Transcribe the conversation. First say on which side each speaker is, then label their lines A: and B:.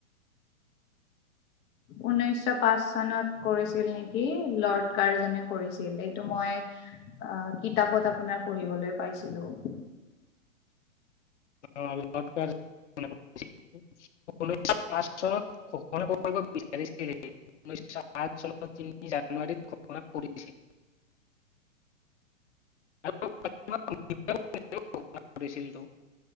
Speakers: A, on the left; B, on the left.
A: ঊনৈশ পাঁচ চনত কৰিছিল নেকি? লৰ্ড কাৰ্জনে কৰিছিল এইটো মই আ, কিতাপত আপোনাৰ পঢ়িবলৈ পাইছিলোঁ।
B: অ' <unintelligible> পাঁচ চনত ঘোষণা কৰিব বিচাৰি <inaudible> ঊনৈছশ সাত চনৰ তিনি জানুৱাৰী ঘোষণা কৰিছিল। <unintelligible>